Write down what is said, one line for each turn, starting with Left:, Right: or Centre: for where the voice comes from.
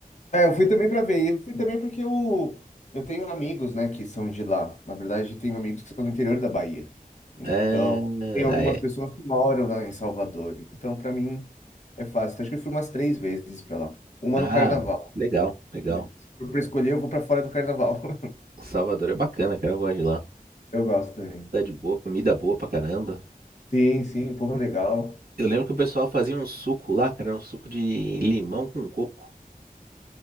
Left: É, eu fui também para ver. Eu fui também porque eu, eu tenho amigos, né, que são de lá. Na verdade, tenho amigos que são do interior da Bahia. Então,
Right: É,
Left: tem algumas
Right: aí-
Left: pessoas que moram lá em Salvador. Então, para mim, é fácil. Então, Acho que eu fui umas três vezes para lá. Uma
Right: ah,
Left: no carnaval.
Right: legal, legal.
Left: Se for para escolher, eu vou para fora do carnaval. <laughs>
Right: Salvador é bacana, cara, eu gosto de lá.
Left: Eu gosto também.
Right: Cidade boa, comida boa pra caramba.
Left: Sim, sim, povo legal.
Right: Eu lembro que o pessoal fazia um suco lá, cara, um suco de limão com coco,